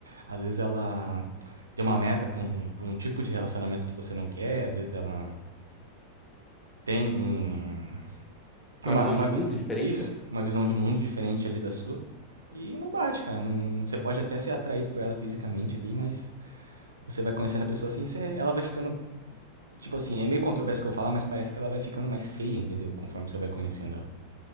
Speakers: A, on the right; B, on the left.
A: Às vezes ela tem uma meta pra um, pra um tipo de relacionamento que você não quer, às vezes ela tem um, uma,
B: uma visão
A: uma,
B: de mundo
A: vis-
B: diferente,
A: isso,
B: né?
A: uma visão de mundo diferente ali da sua. E não bate, cara. Não, você pode até ser atraído por ela fisicamente ali, mas você vai conhecendo a pessoa assim, você- ela vai ficando Tipo assim, é meio controverso o que eu falar, mas parece que ela vai ficando mais feia, entendeu? Conforme você vai conhecendo ela.